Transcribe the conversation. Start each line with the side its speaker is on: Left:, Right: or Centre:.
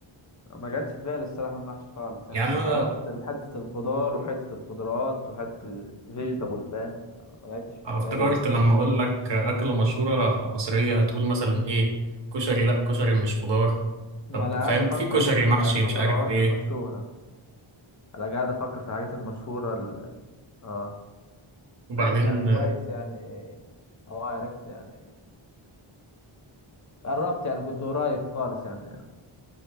Left: آه ما جاتش في بالي الصراحة المحشي خالص يعني
Right: يعني
Left: أنا
Right: انا
Left: رحت لحتة الخضار وحتة الخضروات وحتة الفيجيتابل فاهم فأنا ما جاتش في
Right: افتكرت
Left: دماغي
Right: لما اقول لك اكلة مشهورة مصرية هتقول مثلا ايه كشري لا كشري مش خضار
Left: ما
Right: طب
Left: أنا قاعد
Right: فاهم
Left: أفكر
Right: في كشري
Left: في الح-
Right: محشي
Left: الخضروات
Right: مش عارف ايه
Left: المشهورة أنا قاعد أفكر في الحاجات المشهورة ال... آه
Right: وبعدين
Left: ماشي يعني كويس يعني أه آه، عرفت يعني قربت يعني كنت قريب خالص يعني